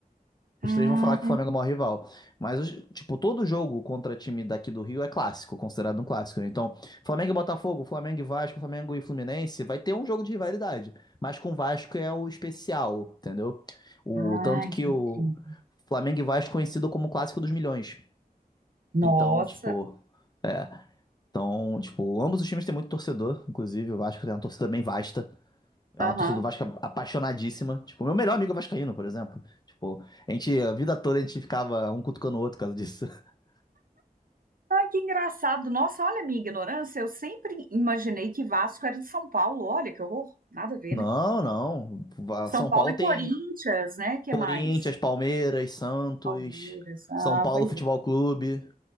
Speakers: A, on the left; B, on the right.
A: Os
B: Ah,
A: três vão falar que o Flamengo é o maior rival. Mas, os- tipo, todo jogo contra time daqui do Rio é clássico, considerado um clássico, né? Então, Flamengo e Botafogo, Flamengo e Vasco, Flamengo e Fluminense, vai ter um jogo de rivalidade. Mas com o Vasco é o especial, entendeu? O
B: ah,
A: tanto
B: entendi.
A: que o Flamengo e Vasco é conhecido como o clássico dos milhões.
B: Nossa.
A: Então, tipo, é. Então, tipo, ambos os times têm muito torcedor, inclusive o Vasco tem uma torcida bem vasta. É
B: Aham.
A: uma torcida do Vasco apaixonadíssima. Tipo, meu melhor amigo é vascaíno, por exemplo. Tipo, a gente, a vida toda a gente ficava um cutucando o outro por causa disso. <laughs>
B: Ai, que engraçado. Nossa, olha a minha ignorância. Eu sempre imaginei que Vasco era de São Paulo. Olha que horror. Nada a ver,
A: Não,
B: né?
A: não. Va-
B: São
A: São
B: Paulo
A: Paulo
B: é
A: tem
B: Corinthians, né? Que
A: Corinthians,
B: mais?
A: Palmeiras, Santos,
B: Palmeiras. Ah,
A: São Paulo
B: pois
A: Futebol
B: é.
A: Clube.